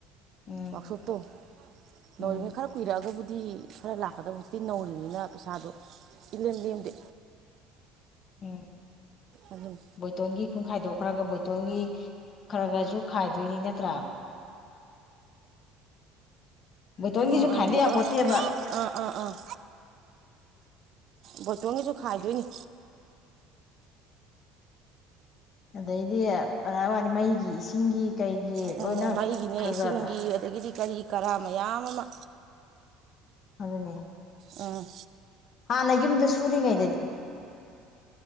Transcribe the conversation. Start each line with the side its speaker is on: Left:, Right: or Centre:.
Left: ꯎꯝ
Right: ꯋꯥꯔꯛꯁꯣꯄꯇꯣ <unintelligible>
Left: ꯎꯝ
Right: ꯈꯔ ꯀꯨꯏꯔꯛꯑꯕꯨꯗꯤ <unintelligible> ꯈꯔ ꯂꯥꯛꯀꯗꯕ ꯍꯧꯖꯤꯛꯇꯤ ꯅꯧꯔꯤꯅꯤꯅ ꯄꯩꯁꯥꯗꯣ ꯏꯂꯦꯝ ꯂꯦꯝꯗꯦ
Left: ꯎꯝ
Right: ꯑꯗꯨꯅꯤ
Left: ꯕꯣꯏꯇꯣꯟꯒꯤ ꯀꯨꯡ ꯈꯥꯏꯗꯣꯛꯈ꯭ꯔꯒ ꯕꯣꯏꯇꯣꯟꯒꯤ ꯈꯔ ꯈꯔꯁꯨ ꯈꯥꯏꯗꯣꯏꯅꯤ ꯅꯠꯇ꯭ꯔꯥ ꯕꯣꯏꯇꯣꯟꯒꯤꯁꯨ
Right: ꯑꯪ
Left: ꯈꯥꯏꯗ
Right: ꯑꯪ
Left: ꯌꯥꯄꯣꯟꯇꯦꯕꯥ
Right: ꯑꯪ ꯑꯪ ꯑꯪ ꯑꯪ ꯕꯣꯏꯇꯣꯟꯒꯤꯁꯨ ꯈꯥꯏꯗꯣꯏꯅꯤ
Left: ꯑꯗꯩꯗꯤ <unintelligible> ꯋꯥꯅꯤ ꯃꯩꯒꯤ ꯏꯁꯤꯡꯒꯤ ꯀꯩꯒꯤ
Right: ꯎꯝ
Left: ꯂꯣꯏꯅ
Right: ꯃꯩꯒꯤꯅꯦ
Left: ꯈꯔ ꯈꯔꯗ
Right: ꯏꯁꯤꯡꯒꯤ ꯑꯗꯒꯤꯗꯤ ꯀꯔꯤ ꯀꯔꯥ ꯃꯌꯥꯝ ꯑꯃ
Left: ꯑꯗꯨꯅꯦ
Right: ꯎꯝ
Left: ꯍꯥꯟꯅ ꯌꯨꯝꯗ ꯁꯨꯔꯤꯉꯩꯗꯗꯤ